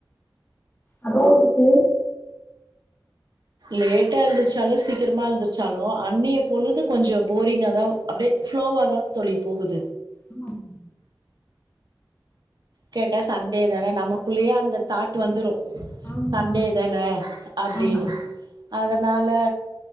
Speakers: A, on the left; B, on the right.
A: அதுவு உனக்கு
B: லேட்டா எழுந்திருச்சாலு சீக்கிரமா எழுந்திருச்சாலு அன்னய பொழுது கொஞ்ச போரிங்கா தா அப்டியே ஃஸ்லோவா தா தோழி போகுது
A: ஆமாம்
B: கேட்டா சண்டே தான நமக்குள்ளேயே அந்த தாட் வந்துடு
A: ஆமா
B: சண்டே தான அப்டின்னு
A: ஆமா
B: அதனால